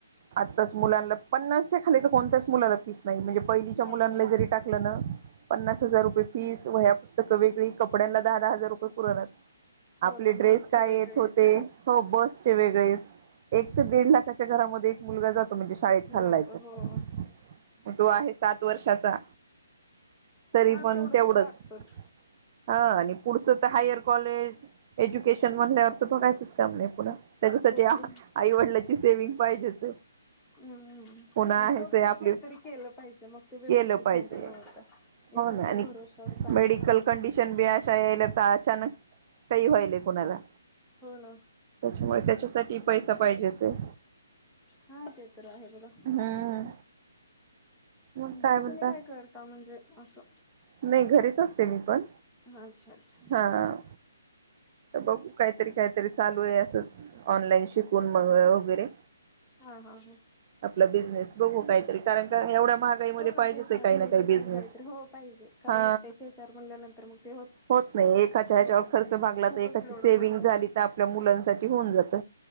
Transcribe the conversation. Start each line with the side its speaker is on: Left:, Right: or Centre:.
Right: आत्ताच मुलांना पन्नासच्या खाली तर कोणत्याच मुलाला फीस नाही म्हणजे पहिलीच्या
Centre: नाही
Right: मुलांना
Centre: नाही.
Right: जरी टाकलं ना पन्नास हजार रुपये फीस व ह्या पुस्तकं वेगळी कपड्यांला दहा दहा हजार रुपये पुरण
Centre: हो
Right: आपले
Centre: ना
Right: ड्रेस
Centre: बसचे
Right: काय
Centre: वेगळेच
Right: येत होते हो बस वेगळे एक दड लाखाच्या घरामध्ये मुलगा जात तो म्हणजे शाळेत चाललाय
Centre: जातो
Right: तर
Centre: हो.
Right: तो आहे सात वर्षाचा तरी
Centre: हा
Right: पण
Centre: तेवढं
Right: तेवढंच
Centre: तर लागतोच.
Right: हा पुढचं तर हायर कॉलेज एज्युकेशन म्हणल्या अर्थ बघायचंच काम नाही पुढ त्याच्यासाठी
Centre: ओके.
Right: आईवडिलाची सेवि्हंग पाहिजेच
Centre: हम्मम
Right: पुन्हा
Centre: म्हणजे
Right: ह्याच
Centre: दोघांनी
Right: आपली
Centre: काहीतरी केलं पाहिजे मग ते व्यवस्थित
Right: केलं पाहिजे
Centre: हडला होतं
Right: हो
Centre: एकाच्या
Right: ना आणि
Centre: भरोश्यावर चालत
Right: मेडिकल
Centre: नाही.
Right: कंडिशन बी अशा याला अचानक काही व्हाल कुणाला
Centre: हो ना
Right: त्याच्यामुळे त्याच्यासाठी पैसा पाहिजेच आहे
Centre: हा ते तर आहे बघ
Right: हम्म मग
Centre: बाकी
Right: म्हणता
Centre: तुम्ही काय करता म्हणजे असं
Right: नाही घरीच असते मी पण
Centre: अच्छा अच्छा
Right: हा बघू काहीतरी काहीतरी चालू आहे असंच ऑनलाईन शिकून मग वगैरे
Centre: हा हा हा
Right: आपला बिझनेस बघू काहीतरी कारण का एवढ्या महागाईमध्ये
Centre: हो ना
Right: पाहिजेच
Centre: तेच
Right: आहे काही ना
Centre: घरी
Right: काही
Centre: बसून
Right: बिझनेस
Centre: काहीतरी हो पाहिजे कारण
Right: हा
Centre: एकट्याचे विचार म्हणल्यानंतर मग ते
Right: होत नाही एकाच्या ह्याच्यावर
Centre: होत नाही
Right: खर्च भागला
Centre: खूपच
Right: तर एका
Centre: लोड
Right: सेव्हीग
Centre: पडतो
Right: आपल्या मुलांसाठी होऊन जात